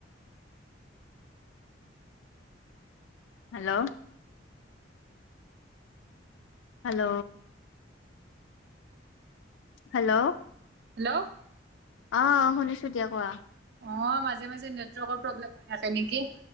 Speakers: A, on the left; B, on the right.
A: হেল্ল, হেল্ল, হেল্ল,
B: হেল্ল,
A: অ, শুনিছো দিয়া কোৱা।
B: অ, মাজে মাজে নেটৱৰ্কৰ প্ৰব্লেম হৈ থাকে নেকি।